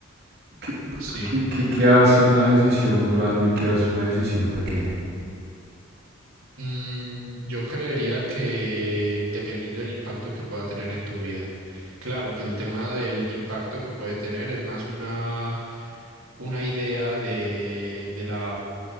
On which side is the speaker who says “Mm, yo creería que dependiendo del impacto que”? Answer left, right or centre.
Right